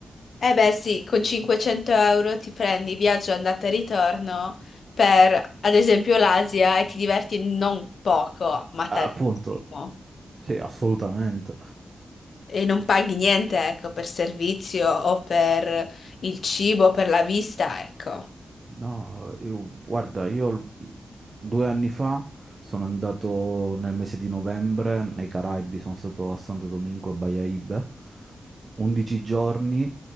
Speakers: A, on the left; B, on the right.
A: Eh beh sì, con 500 euro ti prendi viaggio andata e ritorno per, ad esempio, l'Asia e ti diverti non poco, ma
B: Ah,
A: tantissimo.
B: Appunto, sì, assolutamente.
A: E non paghi niente, ecco, per servizio o per il cibo, per la vista, ecco.
B: No, io- guarda, io l- due anni fa sono andato nel mese di novembre nei Caraibi, sono stato a Santo Domingo e Baia Ibe, 11 giorni,